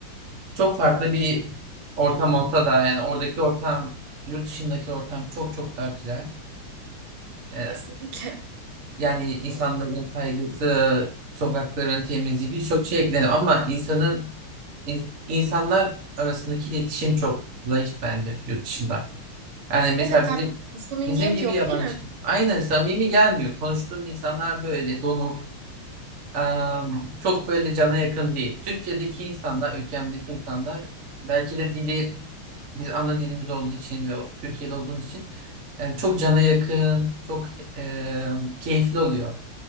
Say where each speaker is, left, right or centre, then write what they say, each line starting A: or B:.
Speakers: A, on the right; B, on the right.
A: çok farklı bir ortam olsa da yani oradaki ortam yurt dışındaki ortam çok çok daha güzel. Ee, e,
B: Kesinlikle.
A: yani insanların saygısı, sokakların temizliği birçok şey eklenir ama insanın ins- insanlar arasındaki iletişim çok zayıf bence yurt dışında. Yani mesela
B: Evet
A: bizim
B: haklısın. Samimiyet
A: bizim gibi
B: yok
A: yabancı
B: değil mi?
A: aynı samimi gelmiyor. Konuştuğum insanlar böyle donuk, Em, çok böyle cana yakın değil. Türkiye'deki insanlar, ülkemdeki insanlar belki de dili biz ana dilimiz olduğu için ve o- Türkiye'de olduğumuz için yani çok cana yakın, çok em, keyifli oluyor